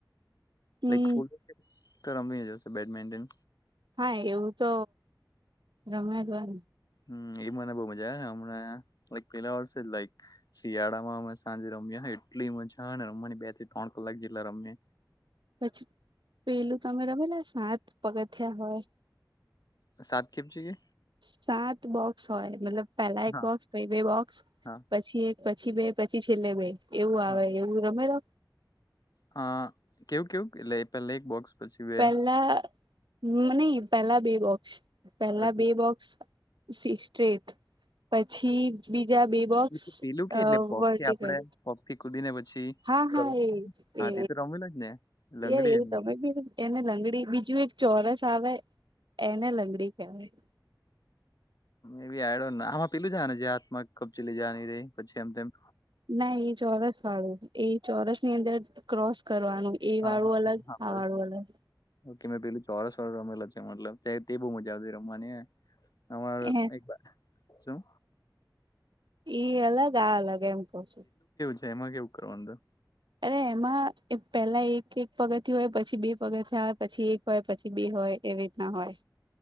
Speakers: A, on the right; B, on the left.
A: હમ
B: <inaudible> તો રમવી જશે બેડમિન્ટન
A: હા એવું તો રમે જ હોય
B: હમ એ મને બઉ મજા આવે હમને લક પેલા વર્ષે જ લાઈક શિયાળા માં અમે સાંજે રમ્યા એટલી મજા ને રમવાની બે થી ત્રણ કલાક જેટલા રમે
A: પછી પેલું તમે રમે ને સાત પગથિયા હોય
B: સાત કેમ છે કે
A: સાત બોક્સ હોય મતલબ પેલા એક
B: હા
A: બોક્સ પછ બે બોક્સ
B: હા
A: પછી એક પછી બે પછી છેલ્લે બે એવું
B: હા
A: આવે એવું રમેલો
B: હા કેવું કેવું એટલે પેલા એક બોક્સ પછી બે
A: પેલા નહી પેલા બે બોક્સ પેલા
B: પછી
A: બે બોક્સ સ સ્રેટ પછી જ્યાં બે બોક્સ
B: એ તો પેલું કે
A: અ
B: એટલે પોપ
A: વર્ટિકલ
B: થી આપડે પોપ થી કૂદીને પછી
A: હા હા
B: કરવાનું હા
A: એ
B: તે તો રમેલા જ ને લંગડી
A: યાર એવું
B: એની
A: તમે બી એને લંગડી બીજ જુ એક ચોરસ આવે એને લંગડી કહેવાય
B: એ બી આઈ ડોન્ટ નો આમાં પેલું જ ને જે હાથ માં કબચીલી જવા ની રહી પછી એમમ
A: ના એ ચોરસ વાળું એ ચોરસ ની અંદર ક્રોસ કરવાનું એ
B: હા
A: વાળું
B: હા હા
A: અલગ
B: હા
A: આ વાળું અલગ
B: ઓકે મેં પેલું ચોરસ રમેલા છે મતલબ તે બહુ મજા આવતી રમવાની
A: અલગ
B: અર
A: એ
B: એક શું
A: ઈ અલગ આ અલગ એમ કઉ છું
B: તો એમાં કેવું કરવાનુ
A: અરે એમાં પેલા એક એક પગથિયા હોય પછી બે પગથિયા હોય પછી એક હોય પછી બે હોય એવી રીત ના હોય